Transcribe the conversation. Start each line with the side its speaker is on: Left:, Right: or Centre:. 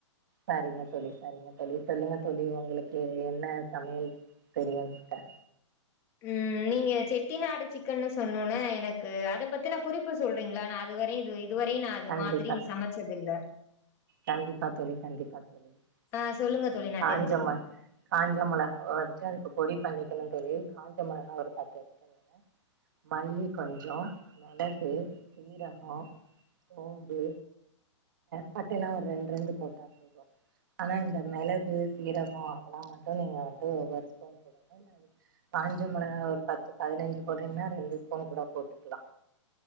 Right: செரிங்க தோழி செரிசங்க தோழி சொல்லுங்க தோழி உங்களுக்கு என்ன சமையல் தெரியும் ட்ட
Left: உம் நீங்க செட்டி நாடு சிக்கன்னு சொன்னோனே எனக்கு அத பத்தின குறிப்பு சொல்றீங்களா நான் அதுவரையும் இது வெய் இதுவரையும் நான் அது
Right: கண்டிப்பா
Left: மாதிரி சமைச்சதுயில்ல
Right: கண்டிப்பா தோழி கண்டிப்பா தோழி
Left: ஆ
Right: நீங்க
Left: சொல்லுங்க தோழி
Right: அந்த
Left: நா
Right: காஞ்ச
Left: தெரிஞ்சுக்கிறே.
Right: ம காஞ்ச மொளகா வச்ச அது பொடி பண்ணிக்கணும்னு தோழி கஞ்சா மொளகா ஒரு பத்து எடுத்துங்கங்க மல்லி கொஞ்சோ மிளகு சீரகம் சோம்பு பட்ட பட்டயிலா ஒரு ரெண்டு ரெண்டு போட்டா போதும் ஆனா இந்த மிளகு சீரகம் அதெல்லா மட்டும் நீங்க வந்து ஒவ்வொரு ஸ்பூன் போடன்னு இல்ல அது காஞ்ச மொளகா ஒரு பத்து பதினஞ்சு போடுறீங்கன்னா ரெண்டு வொன் கூட போட்டுக்கலா